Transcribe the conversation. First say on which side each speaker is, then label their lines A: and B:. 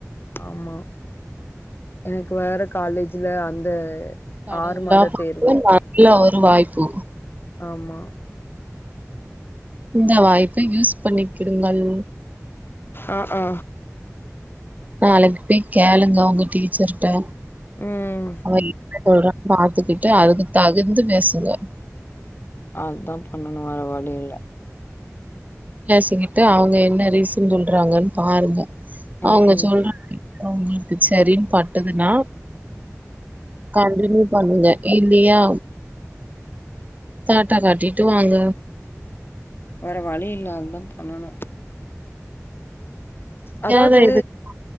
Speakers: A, on the left (about 45°); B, on the right (about 30°).
A: ஆமா எனக்கு வேற காலேஜ்ல அந்த
B: கடவுளா
A: ஆறு மாத
B: பாத்து
A: தேர்வு
B: நல்ல ஒரு வாய்ப்பு
A: ஆமா
B: இந்த வாய்ப்ப யூஸ் பண்ணிக்கிடுங்கள்
A: ஆ ஆ
B: நாளைக்கு போய் கேளுங்க ஒங்க டீச்சர்ட்ட
A: ம்
B: அவ என்ன சொல்றான்னு பாத்துக்கிட்டு அதுக்கு தகுத்து பேசுங்க
A: அதா பண்ணணு வேற வழி இல்ல
B: பேசிக்கிட்டு அவங்க என்ன ரீசன் சொல்றாங்கன் பாருங்க
A: ம்
B: அவங்க
A: ம்
B: சொல்ற ஒங்குளுக்கு செரின் பட்டுதுன்னா கண்டினியூ பண்ணுங்க இல்லியா டாடா காட்டிட்டு வாங்க
A: வேற வழி இல்ல அதுதா பண்ணணு
B: முடியாத
A: அதாவது
B: இதுக்கு